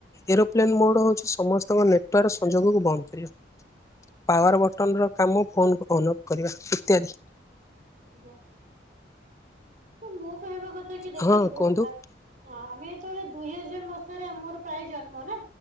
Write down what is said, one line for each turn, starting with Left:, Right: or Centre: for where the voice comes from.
Left: ଏରୋପ୍ଲେନ୍ ମୋଡ଼ ହେଉଛି ସମସ୍ତଙ୍କ ନେଟୱାର୍କ ସଂଯୋଗକୁ ବନ୍ଦ କରିବା। ପାୱାର ବଟନ ର କାମ ଫୋନ କୁ ଅନ ଅଫ କରିବା ଇତ୍ୟାଦି
Right: ଆଜ୍ଞା। ମୋ କହିବା କଥା କି ଦେଖନ୍ତୁ
Left: ହଁ କୁହନ୍ତୁ
Right: ଆ ହ ଆମେ ଯେତେବେଳେ ଦୁଇ ହଜାର ମସିହାରେ ଆମର ପ୍ରାୟ ଜନ୍ମ ନା।